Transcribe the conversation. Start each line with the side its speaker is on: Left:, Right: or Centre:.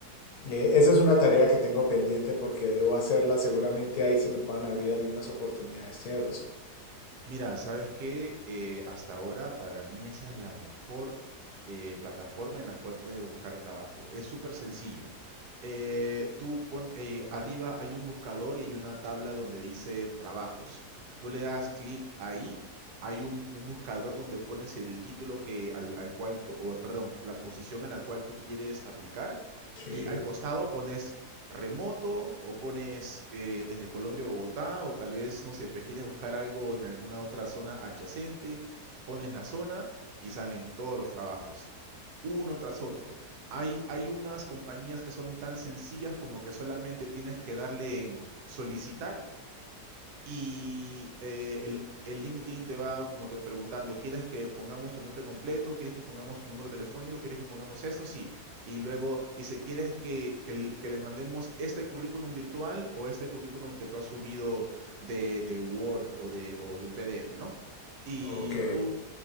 Left: Eh, esa es una tarea que tengo pendiente porque debo hacerla. Seguramente ahí se me puedan abrir algunas oportunidades. Tienes razón.
Right: Mira, ¿sabes que hasta ahora para mí esa es la mejor eh, plataforma en la cual puedes buscar trabajo. Es súper sencillo. Eh, tú pon, eh, arriba hay un buscador y hay una tabla donde dice trabajos. Tú le das clic ahí, hay un, un buscador donde pones el título que, al, al cual, tú- o perdón, la posición a la cual tú quieres aplicar
Left: Sí.
Right: y al costado pones remoto o pones eh, desde Colombia a Bogotá o tal vez, no sé, pues quieres buscar algo en alguna otra zona adyacente, pones la zona y salen todos los trabajos, uno tras otro. Hay, hay unas compañías que son tan sencillas como que solamente tienes que darle en solicitar y eh, el, el LinkedIn te va como que preguntando, ¿quieres que pongamos tu nombre completo? ¿Quieres que pongamos tu número telefónico? ¿Quieres que pongamos esto? Sí. Y luego dice, ¿quieres que, que l- que les mandemos este currículum virtual o este currículum que tú has subido de, de Word o de, o de un PDF, ¿no? Y
Left: Ok,
Right: tú,